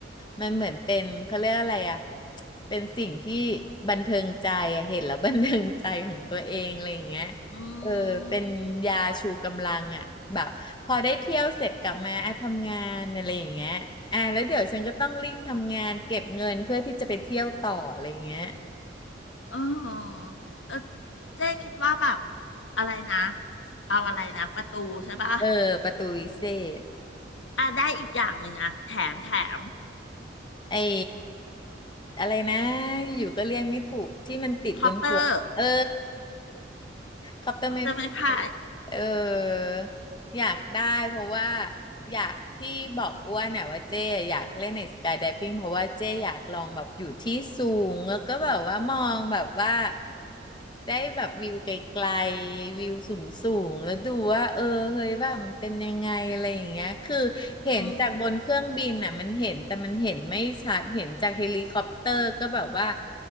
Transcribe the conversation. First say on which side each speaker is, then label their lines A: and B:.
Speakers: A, on the left; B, on the left.
A: มันเหมือนเป็นเขาเรียกอะไรอ่ะเป็นสิ่งที่บันเทิงใจอ่ะเห็นแล้วบันเทิงใจของตัวเองอะไรอย่างเงี้ย
B: อื
A: เออเป็นยาชูกำลังอ่ะแบบพอได้เที่ยวเสร็จกลับมาอ่ะทำงานอะไรอย่างเงี้ยอ่ะแล้วเดี๋ยวฉันก็ต้องรีบทำงานเก็บเงินเพื่อที่จะไปเที่ยวต่ออะไรอย่างเงี้ย
B: ม เออเออเจ๊คิดว่าแบบอะไรนะ เอาอะไรนะประตูใช่ปะ
A: เออประตูวิเศษ
B: อ่ะได้อีกอย่างหนึ่งอะแถมแถม
A: ไอ้อะไรนะอยู่ก็เรียกไม่ถูกที่มันติดบนหัวกเออ
B: คอปเตอร์
A: คอปเตอร์ไม่
B: คอปเตอร์ไม้ไผ่
A: เอออยากได้เพราะว่า อยากที่บอกอ้วนน่ะว่าเจ๊อยากเล่นในสกาย i v ฟิ g งเพราะว่าเจ๊อยากลองแบบอยู่ที่สูงแล้วก็แบบว่ามองแบบว่าได้แบบวิวไกลๆวิวสูงๆแล้วดูว่าเออเฮ้ยว่ามันเป็นยังไงอะไรอย่างเงี้ยคือเห็นจากบนเครื่องบินน่ะมันเห็นแต่มันเห็นไม่ชัดเห็นจากเฮลิคอปเตอร์ก็แบบว่า
B: อืม